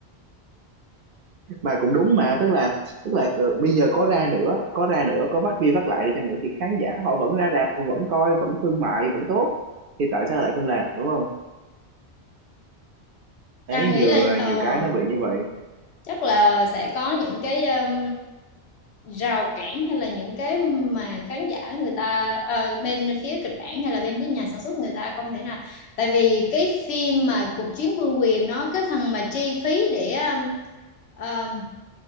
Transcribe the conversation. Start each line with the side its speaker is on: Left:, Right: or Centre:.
Right: mà cũng đúng mà tức là tức là ờ, bây giờ có ra nữa có ra nữa có bắt đi bắt lại đi chăng nữa thì khán giả họ vẫn ra rạp vẫn coi vẫn thương mại vẫn tốt thì tại sao lại không làm đúng không đấy
Left: ta nghĩ
Right: nhiều
Left: là
Right: ờ,
Left: ờ
Right: nhiều cái nó bị như vậy
Left: chắc là sẽ có những cái um, rào cản hay là những cái mà khán giả người ta ờ, bên phía kịch bản hay là bên phía nhà sản xuất người ta không thể nào tại vì cái phim mà cuộc chiến vương quyền nó cái phần mà chi phí để um, um,